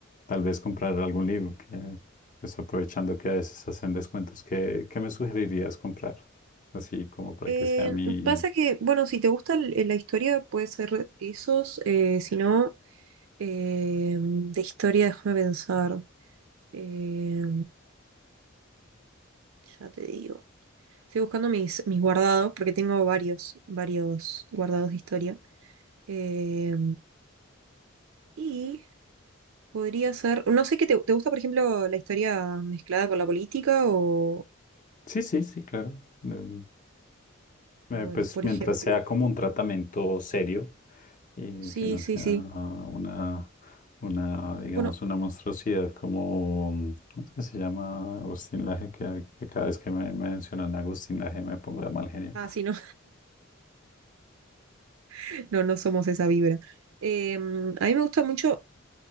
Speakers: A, on the left (about 40°); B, on the right (about 85°).
A: tal vez comprar algún libro, que pues aprovechando que a veces hacen descuentos, ¿qué, qué me sugerirías comprar? Así como para
B: Eh,
A: que sea mi...
B: pasa que, bueno, si te gusta l- eh, la historia, puede ser esos. eh, si no, eh, de historia, déjame pensar. Eh, ya te digo. Estoy buscando mis, mis guardados, porque tengo varios, varios guardados de historia. Eh, y Podría ser, no sé qué te, te gusta, por ejemplo, la historia mezclada con la política o,
A: Sí, sí, sí, claro. Em, eh,
B: bueno,
A: pues
B: por
A: mientras
B: ejemplo,
A: sea como un tratamiento serio, eh,
B: sí,
A: que no
B: sí,
A: sea
B: sí.
A: una, una, digamos,
B: Bueno,
A: una monstruosidad como, ¿cómo es que se llama? Agustín Laje, que, que cada vez que me mencionan a Agustín Laje me pongo de mal genio.
B: ah, sí, no, <laughs> no, no somos esa vibra. Eh, a mí me gusta mucho,